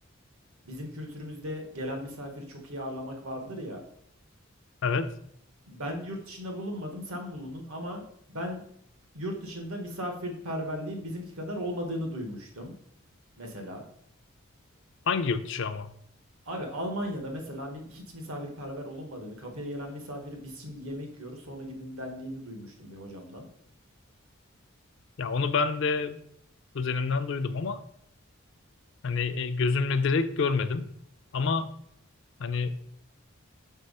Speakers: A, on the right; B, on the left.
A: bizim kültürümüzde gelen misafiri çok iyi ağırlamak vardır ya.
B: evet.
A: Ben yurt dışında bulunmadım, sen bulundun ama ben yurt dışında misafirperverliğin bizimki kadar olmadığını duymuştum mesela.
B: Hangi yurt dışı ama?
A: Abi Almanya'da mesela mi- hiç misafirperver olunmadığını, kapıya gelen misafiri biz şimdi yemek yiyoruz sonra gidin dendiğini duymuştum bir hocamdan.
B: Ya onu ben de kuzenimden duydum ama hani e, gözümle direkt görmedim. Ama hani